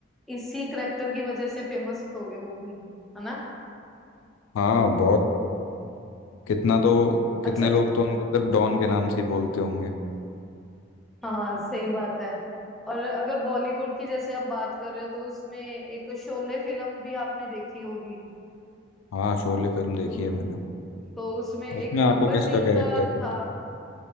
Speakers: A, in the centre; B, on the left.
A: इसी करेक्टर की वजह से फेमस हो गए वो भी है ना
B: हाँ बहुत कितना तो कितने
A: अच्छा
B: लोग तो उनको सिर्फ डॉन के नाम से ही बोलते होंगे
A: हाँ सही बात है और अगर बॉलीवुड की जैसे आप बात कर रहे हो तो उसमें एक शोले फिल्म भी आपने देखी होगी
B: हाँ शोले फिल्म देखी
A: तो
B: है मैंने
A: तो उसमें एक
B: उसमें आपको
A: गब्बर सिंह
B: किसका कैरेक्टर
A: का था
B: था